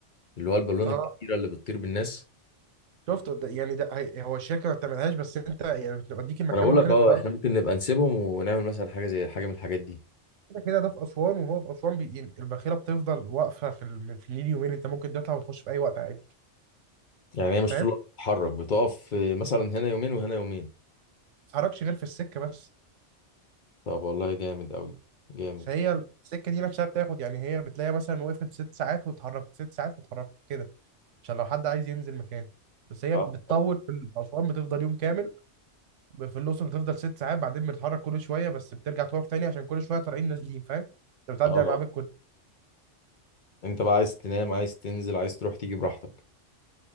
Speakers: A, on the left (about 50°); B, on the right (about 85°).
A: اللي هو البالونة
B: اه
A: الكبيرة اللي بتطير بالناس
B: شفت ده يعني ده هي- هو الشركه ما بتعملهاش بس انت يعني بتوديك المكان
A: ما انا بقول
B: ممكن
A: لك
B: انت
A: اه احنا ممكن نبقى نسيبهم ونعمل مثلا حاجه زي حاجه من الحاجات دي
B: كده كده ده في أسوان وهو في أسوان بي... يعني الباخرة بتفضل واقفة في, ال... في النيل يومين أنت ممكن تطلع وتخش في أي وقت عادي
A: يعني هي مش
B: فاهم؟
A: طول الوقت
B: ما
A: بتتحرك بتقف آه، مثلا هنا يومين وهنا يومين
B: تتحركش غير في السكة بس
A: طب والله جامد قوي جامد
B: فهي السكة دي نفسها بتاخد يعني هي بتلاقي مثلا وقفت ست ساعات واتحركت ست ساعات واتحركت كده عشان لو حد عايز ينزل مكان بس هي
A: اه
B: بتطول في ال- أسوان بتفضل يوم كامل في الأقصر بتفضل ست ساعات بعدين بتتحرك كل شوية بس بترجع توقف تاني عشان كل شوية طالعين نازلين فاهم؟ أنت بتعدي
A: اه
B: على المعابد كل
A: انت بقى عايز تنام عايز تنزل عايز تروح تيجي براحتك